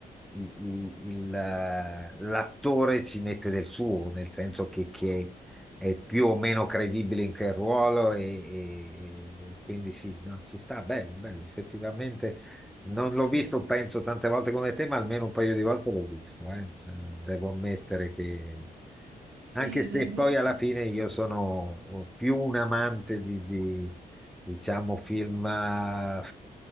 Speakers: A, in the centre; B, on the right.
A: i- i- il, eh, l'attore ci mette del suo, nel senso che, che è più o meno credibile in che ruolo e, e- e quindi sì, no, ci sta, bello, bello, effettivamente. Non
B: sì,
A: l'ho visto, penso tante volte come te, ma almeno un paio di volte l'ho visto. eh. Cioè, Devo ammettere che,
B: sì,
A: anche
B: eh,
A: se
B: non
A: poi
B: lo-
A: alla
B: so.
A: fine io sono più un amante di, di- diciamo, film eh,